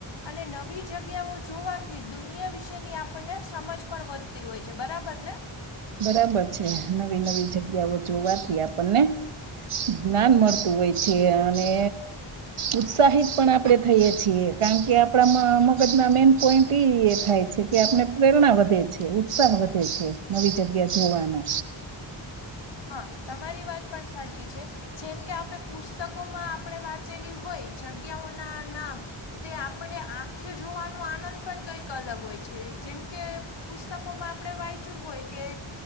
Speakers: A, on the left; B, on the right.
A: અને નવી જગ્યાઓ જોવાથી દુનિયા વિશેની આપણને સમજ પણ વધતી હોય છે બરાબર ને
B: બરાબર છે નવી નવી જગ્યાઓ જોવાથી આપણને જ્ઞાન મળતું હોય છે અને ઉત્સાહિત પણ આપણે થઈએ છીએ કારણ કે આપણા મગજ ના મેન પોઈન્ટ થાય છે કે આપણે પ્રેરણા વધે છે ઉત્સાહ વધે છે નવી જગ્યા જોવાનો
A: હા, તમારી વાત પણ સાચી છે જેમ કે આપણે પુસ્તકોમાં આપણે વાંચેલી હોય જગ્યાઓના નામ તે આપણે આંખે જોવાનો આનંદ પણ કંઈક અલગ હોય છે. જેમકે પુસ્તકોમાં આપણે વાંચ્યું હોય કે